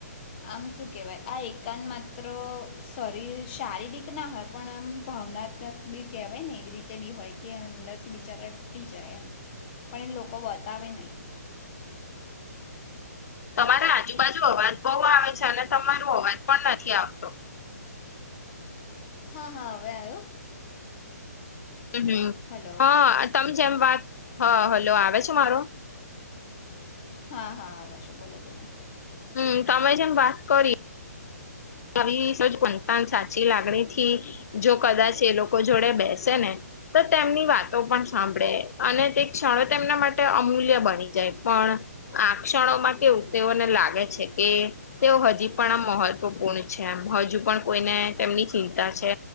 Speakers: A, on the left; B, on the left.
A: આમ શું કેવાય આ એકાંત માત્ર શરીર શારીરિક ના હોય પણ મ ભાવનાત્મક બી કેહેવાયને એવી રીતે બી હોય કે અંદરથી બિચારા તૂટી જાય એમ. પણ એ લોકો બતાવે નઈ.
B: તમારા આજુ-બાજુ અવાજ બઉ આવે છે અને તમારો અવાજ પણ નથી આવતો.
A: હા હા હવે આવ્યો?
B: હમ હમ
A: હલો
B: હન તમ જેમ વાત હ હલો આવે છે મારો
A: હા હા હા આવે છે બોલો બોલો.
B: હમ તમે જેમ વાત કરી. આવી સેજ કતાન સાચી લાગણીથી, જો કદાચ એ લોકો જોડે બેસેને. તો તેમની વાતો પણ સાંભળે અને તે ક્ષણો તેમના માટે અમૂલ્ય બની જાય પણ આ ક્ષણોમાં કેવું તેઓને લાગે છે કે, તેઓ હજી પણ આ મહત્વપૂર્ણ છે એમ, હજુ પણ કોઈને તેમની ચિંતા છે,